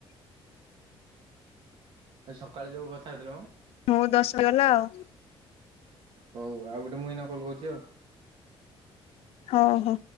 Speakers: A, on the right; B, on the left.
A: ଆଜି ସକାଳେ ଯୋଉ କଥା ହଉଥିଲେ ମ?
B: ମୁଁ ଦଶ ଗଲା ଆଉ।
A: ହଉ ଆଉ ଗୋଟେ ମୁଁ ଏଇନା କଲ କରୁଛି ଆଉ।
B: ହଉ ହଉ।